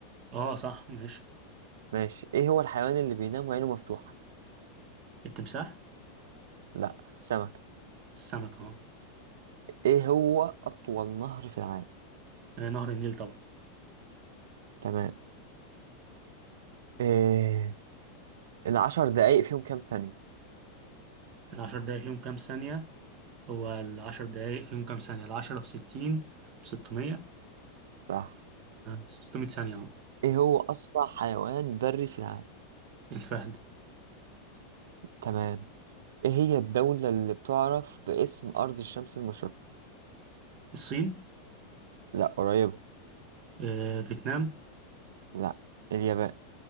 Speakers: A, on the right (about 30°); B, on the right (about 85°).
A: اه صح ماشي
B: ماشي ايه هو الحيوان اللي بينام وعينه مفتوحة
A: التمساح
B: لا السمك
A: السمك اه
B: ايه هو اطول نهر في العالم
A: آه، نهر النيل طبعا
B: تمام إيه العشر دقايق فيهم كام ثانية
A: العشر دقايق فيهم كام ثانيه هو العشر دقايق فيهم كام ثانية العشرة في ستين بستمية
B: صح
A: ستمية ثانية أهو.
B: ايه هو اسرع حيوان بري في العالم
A: الفهد
B: تمام ايه هي الدولة اللي بتعرف باسم ارض الشمس المشرقة
A: الصين
B: لا قريبة
A: آه، فيتنام
B: لا اليابان